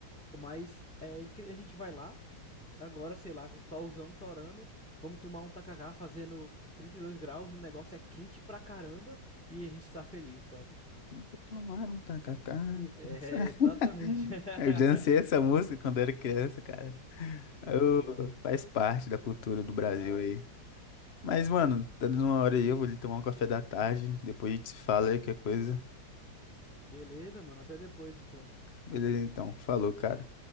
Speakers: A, in the centre; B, on the left.
A: Mas é, incri- a gente vai lá. Agora, sei lá, o solzão torando, vamos tomar um tacacá fazendo 32 graus, o negócio é quente pra caramba e a gente tá feliz, sabe?
B: Eu vou tomar um tacacá.
A: Hum, É,
B: <laughs>
A: exatamente. <laughs>
B: Eu dancei essa música quando era criança, cara.
A: Muito
B: Eu-
A: bom.
B: faz parte da cultura do Brasil
A: Faz.
B: aí. Mas, mano, tá dando uma hora aí, eu vou ali tomar um café da tarde, depois a gente se fala aí, qualquer coisa.
A: Beleza, mano, até depois então.
B: Beleza, então. Falou, cara.